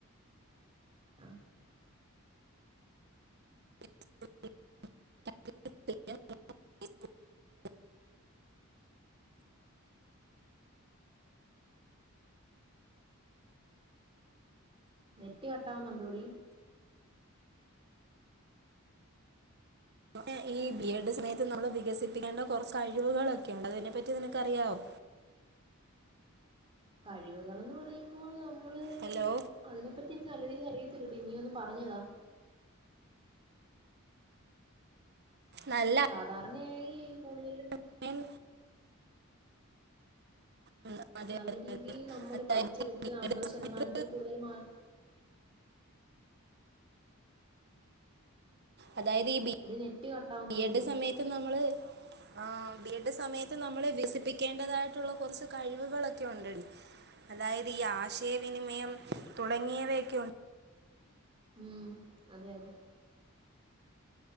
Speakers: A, on the right; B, on the right.
A: ആ
B: <unintelligible>
A: നെറ്റ് കട്ടാവുന്നൊണ്ടോടീ?
B: പിന്നേ ഈ ബി എഡ് സമയത്ത് നമ്മള് വിക പ്പിക്കേണ്ട കൊറേ കഴിവുക യ്കണ്ടതിനെപ്പറ്റി നിനക്കറിയാവോ?
A: കഴിവുകളെന്നു പറയുമ്പോൾ നമ് മ്മള്
B: ഹലോ
A: അതിനെപ്പറ്റി എനിക്ക് നല്ല രീതീ <unintelligible> ത്തില്ലടി നീയൊന്നു പറഞ്ഞുതാ.
B: നല്ല
A: സാധാരണയായി ഈ കൂടുതലും
B: അഭിപ്രായം. ഉം. അതെ
A: നല്ല
B: അതെ
A: രീതിയിൽ
B: അതെ
A: നമ്മൾ
B: അതായത്
A: പഠിച്ചെടുത്ത്
B: ഈ
A: അമ്പതു
B: സമയത്ത്
A: ശതമാനത്തിൽ കൂടുതൽ മാർ
B: അതായതീ ബി
A: അത് നെറ്റ് കട്ടാവുന്നുണ്ടെടി
B: ബി എഡ് സമയത്ത് നമ്മള് ആ ബി എഡ് സമയത്ത് നമ്മള് വികസിപ്പിക്കേണ്ടതായിട്ടുള്ള കുറച്ച് കഴിവുകളൊക്കെ ഒണ്ടെടീ. അതായതു ഈ ആശയവിനിമയം തുടങ്ങിയവയൊക്കെ ഒണ്ട്.
A: ഉം അതെയതെ.